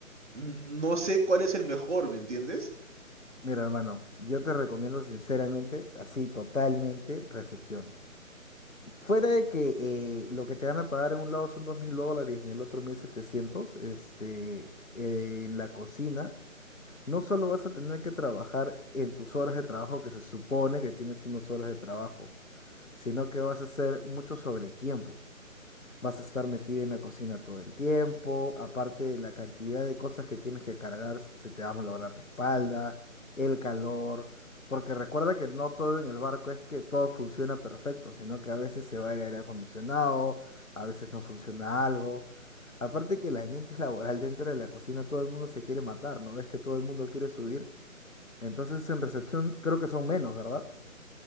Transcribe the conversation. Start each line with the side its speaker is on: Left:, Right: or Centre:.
Right: n- no sé cuál es el mejor, ¿me entiendes?
Left: Mira, hermano, yo te recomiendo sinceramente, así totalmente, recepción. Fuera de que eh, lo que te van a pagar en un lado son dos mil dólares, en el otro 1.700, este, eh, en la cocina, no solo vas a tener que trabajar en tus horas de trabajo, que se supone que tienes unas horas de trabajo, sino que vas a hacer mucho sobretiempo. Vas a estar metida en la cocina todo el tiempo, aparte de la cantidad de cosas que tienes que cargar, se te va a malograr la espalda, el calor, porque recuerda que no todo en el barco es que todo funciona perfecto, sino que a veces se va el aire acondicionado, a veces no funciona algo. Aparte que el ambiente laboral dentro de la cocina, todo el mundo se quiere matar, ¿no ves que todo el mundo quiere subir? Entonces en recepción creo que son menos, ¿verdad?